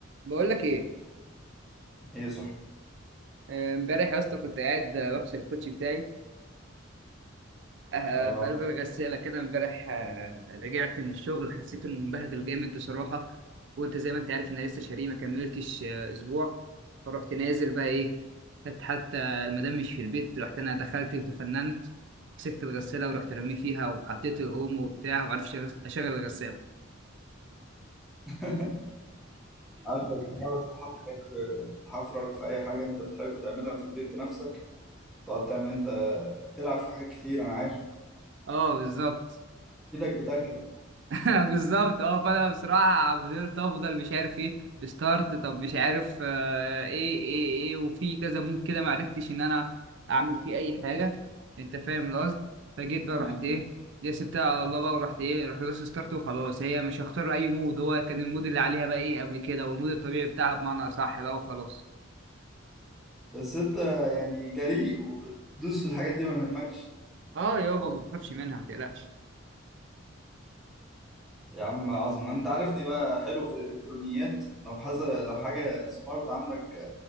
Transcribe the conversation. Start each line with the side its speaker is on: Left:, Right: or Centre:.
Right: بقول لك ايه
Centre: ايه صح
Right: آه، امبارح يا اسطى كنت قاعد آه، بغسل الكوتشي بتاعي آه،
Centre: اه
Right: في قلب الغساله كده امبارح آه، رجعت من الشغل حسيت انه مبهدل جامد بصراحه وانت زي ما انت عارف ان انا لسه شاريه ما كملتش آه، اسبوع فرحت نازل بقى ايه كانت حتى المدام مش في البيت رحت انا دخلت وتفننت مسكت الغساله ورحت رميه فيها وحطيت الاوم وبتاع وما عرفتش أغس- اشغل الغساله
Centre: <laughs> عارفك بتعرف تحفرك تحفرك في اي حاجه انت بتحب تعملها في البيت بنفسك تقعد تعمل انت تلعب في حاجات كتير انا عارف
Right: <laughs> اه بالظبط
Centre: ايدك بتاكلك
Right: <laughs> بالظبط اه فانا بصراحه فضلت افضل مش عارف ايه ستارت طب مش عارف آه ايه ايه ايه وفي كذا مود كده ما عرفتش ان انا اعمل فيه اي حاجه انت فاهم القصد فجيت بقى
Centre: اه
Right: رحت ايه دي سبتها على الله بقى ورحت ايه رحت دوست ستارت وخلاص هي مش هختار اي مود هو كان المود اللي عليها بقى ايه قبل كده والمود الطبيعي بتاعها بمعنى اصح بقى وخلاص
Centre: بس انت يعني جريء وبتدوس في الحاجات دي ما يهمكش
Right: اه يابا ما بخافش منها ما تقلقش
Centre: يا عم عظمه انت عارفني بقى حلو في الالكترونيات لو حاجه لو حاجه سمارت عندك